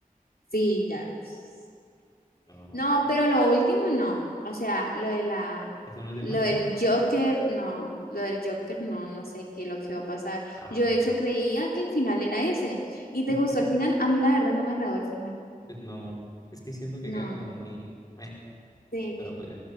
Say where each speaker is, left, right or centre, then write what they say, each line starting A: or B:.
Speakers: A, on the left; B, on the left.
A: Sí, ya. pues.
B: No,
A: No,
B: pero,
A: pero
B: ah,
A: lo último no. O sea, lo de la,
B: eso no es del
A: lo
B: manga.
A: del Joker, no. Lo del Joker, no, no sé qué es lo que va a pasar.
B: Ah,
A: Yo de hecho creía que el final era ese. ¿Y te
B: ujú.
A: gustó el final? A mí la verdad no me agradó el final.
B: Pues no, es que siento que
A: No.
B: queda como muy, meh,
A: Sí.
B: pero pues